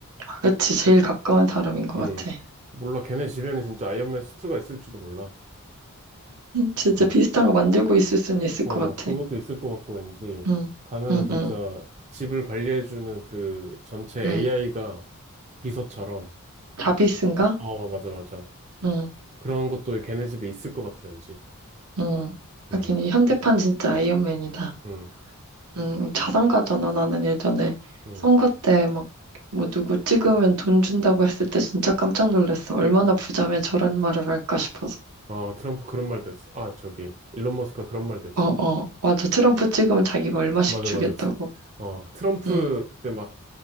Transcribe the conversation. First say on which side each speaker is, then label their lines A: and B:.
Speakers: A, on the right; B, on the right.
A: 아, 그치, 제일 가까운 사람인 것
B: 음.
A: 같아.
B: 몰라, 걔네 집에는 진짜 아이언맨 수트가 있을지도 몰라.
A: 진짜
B: 어,
A: 비슷한 거 만들고 있을 수는 있을
B: 어,
A: 것 같아.
B: 그것도 있을 것 같고, 왠지.
A: 응,
B: 가면은
A: 응,
B: 진짜
A: 응,
B: 집을 관리해주는 그 전체
A: 응.
B: AI가 비서처럼.
A: 자비스인가?
B: 어, 맞아, 맞아.
A: 응,
B: 그런 것도 걔네 집에 있을 것 같아, 왠지.
A: 응. 하긴
B: 음,
A: 이 현대판 진짜 아이언맨이다.
B: 음,
A: 음, 자산가잖아. 나는 예전에
B: 음.
A: 선거 때 막, 뭐 누구 찍으면 돈 준다고 했을 때 진짜 깜짝 놀랐어. 얼마나 부자면 저런 말을 할까 싶어서.
B: 아, 트럼프 그런 말도 했어. 아, 저기, 일론 머스크가 그런 말도 했어.
A: 어, 어, 맞아. 트럼프 찍으면 자기가 얼마씩
B: 맞아,
A: 주겠다고.
B: 맞아. <laughs> 트- 어, 트럼프
A: 응,
B: 그때 막